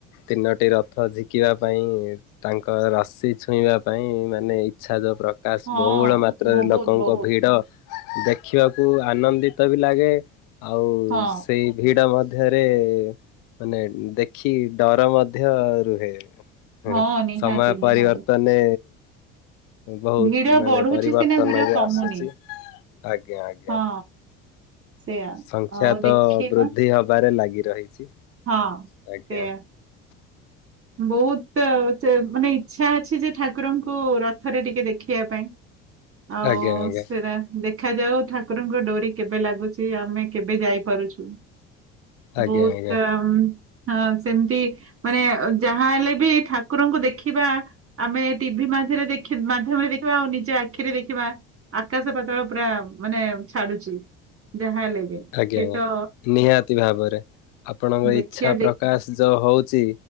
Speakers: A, on the left (about 60°); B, on the right (about 40°).
A: ତିନୋଟି ରଥ ଝିକିବା ପାଇଁ ତାଙ୍କ ରଶି ଛୁଇଁବା ପାଇଁ ମାନେ ଇଚ୍ଛା ଯୋଉ ପ୍ର କାସ
B: ହଁ
A: ବହୁଳ ମାତ୍ରାରେ
B: ବହୁତ
A: ଲୋକଙ୍କ
B: ବହୁତ
A: ଭିଡ ଦେଖିବାକୁ ଆନନ୍ଦିତ ବି ଲାଗେ ଆଉ
B: ହଁ
A: ସେଇ ଭିଡ ମଧ ଧ୍ୟରେ ମାନେ ଦେଖି ଡର ମଧ୍ୟ ରୁହେ। ହୁଁ
B: ହଁ ନିହାତି
A: ସମୟ
B: ନିହାତି
A: ପରିିବର୍ତ୍ତନେ ବହୁତ
B: ଭିଡ
A: ମାନେ
B: ବଢୁଛି
A: ପରିବର୍ତ୍ତନ
B: ସିନା ଭିଡ
A: ବି
B: କମୁନି
A: ଆସୁଛି। ଆଜ୍ଞା ଆଜ୍ଞା
B: ହଁ ସେୟା
A: ସଂଖ୍ୟା
B: ହଉ
A: ତ
B: ଦେଖିବା
A: ବୃଦ୍ଧି ହବାରେ ଲାଗ ଗି ରହିଛି।
B: ହଁ।
A: ଆଜ୍ଞା।
B: ସେୟା ବହୁତ ଅ, ଚେ ମାନେ ଇଚ୍ଛା ଅଛି ଯେ ଠାକୁରଙ୍କୁ ରଥରେ ଟିକେ ଦେଖିବା ପାଇଁ ଆଉ
A: ଆଜ୍ଞା ଆଜ୍ଞା
B: ସେରା ଦେଖା ଦେଖାଯାଉ ଠାକୁରଙ୍କ ଡୋରି କେବେ ଲାଗୁଛି ଆମେ କେବେ ଯାଇପାରୁଛୁ!
A: ଆଜ୍ଞା
B: ବହୁତ
A: ଆଜ୍ଞା।
B: ଉଁ ହଁ ସେମିତି ମାନେ ଯାହା ହେଲେ ବି ଠାକୁରଙ୍କୁ ଦେଖିବା ଆମେ ଟିଭି ମାଧ୍ୟରେ ଦେଖି ମାଧ୍ୟମରେ ଦେଖିବା ଆଉ ନିଜ ଆ ଆଖିରେ ଦେଖିବା ଆକାଶ ପାତଳ ପୁରା ମାନେ ଛାଡୁଛି। ଯାହା ହେଲେ ବି
A: ଆଜ୍ଞା
B: ସେଇ
A: ଆଜ୍ଞା
B: ତ
A: ନିହାତି ଭାବରେ। ଆପଣଙ୍କ
B: ଦେଖିବା
A: ଇଚ୍ଛା
B: ଦେ
A: ପ୍ରକାଶ ଯୋଉ ହଉଛି